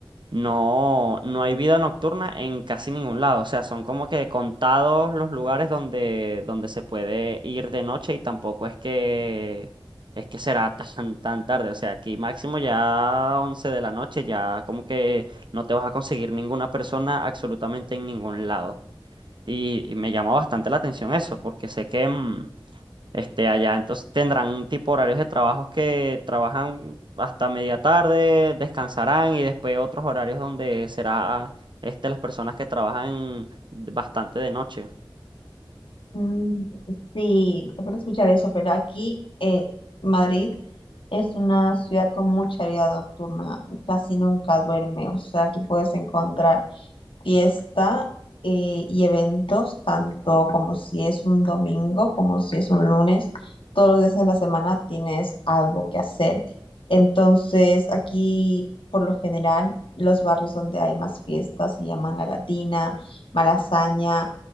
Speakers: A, on the right; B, on the left.
A: no, no hay vida nocturna en casi ningún lado. O sea, son como que contados los lugares donde, donde se puede ir de noche y tampoco es que es que será <laughs> tan, tan tarde. O sea, aquí máximo ya 11 de la noche, ya como que no te vas a conseguir ninguna persona absolutamente en ningún lado. Y, y me llamó bastante la atención eso, porque sé que mm, este, allá. Entonces tendrán tipo horarios de trabajos que trabajan hasta media tarde, descansarán y después otros horarios donde será este, las personas que trabajan bastante de noche.
B: Mm, Sí, te pueden escuchar eso, pero aquí eh, Madrid Es una ciudad con mucha vida nocturna, casi nunca duerme, o sea, aquí puedes encontrar fiesta eh, y eventos, tanto como si es un domingo, como si es un lunes, todos los días de la semana tienes algo que hacer. Entonces, aquí, por lo general, los barrios donde hay más fiestas se llaman La Latina, Malasaña,